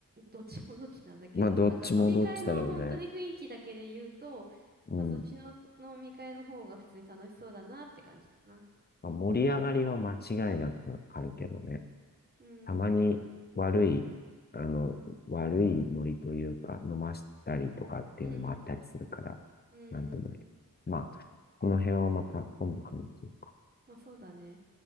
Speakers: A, on the right; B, on the left.
A: どっちもどっちなんだけど、
B: まあ、どっちもどっちだろうね。
A: なんか飲み会の本当に雰囲気だけで言うと、
B: うん。
A: まあそっちの飲み会の方が普通に楽しそうだなって感じだな。
B: まあ、盛り上がりは間違いなくあるけどね。
A: うん。
B: たまに悪い、あの、悪いノリというか、飲ましたりとかっていうのもあったりするから、
A: うん。うん。
B: なんともね。まあ、この辺はまた今度話そうか。
A: まあそうだね。